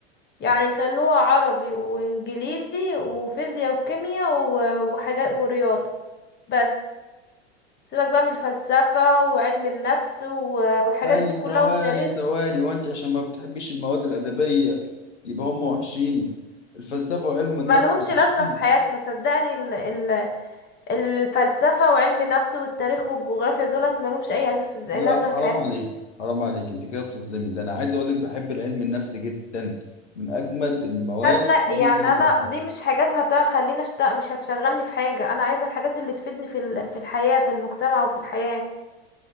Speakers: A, on the left; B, on the left.
A: يعني يخلوها عربي وانجليزي وفيزياء وكيمياء و- وحاجات ورياضة بس سيبك بقى من الفلسفة وعلم النفس و- والحاجات
B: ثواني
A: دي
B: ثواني
A: كلها والتاريخ
B: ثواني وانت عشان ما بتحبيش المواد الادبيه يبقى هم وحشين الفلسفه وعلم النفس
A: ملهمش
B: وحشين
A: لازمة في حياتنا صدقني ال- ال- الفلسفة وعلم النفس والتاريخ والجغرافيا دولت ملهمش أي أساس زي-
B: لا
A: لازمة في
B: حرام
A: حياتنا
B: عليك حرام عليك انت كده بتظلمي ده انا عايز اقول لك بحب العلم النفسي جدا من اجمد المواد
A: خدنا
B: اللي
A: يعني
B: ممكن اذاكرها
A: أنا دي مش حاجات هتخليني أشتغل مش هتشغلني في حاجة أنا عايزة الحاجات اللي تفيدني في ال- في الحياة في المجتمع وفي الحياة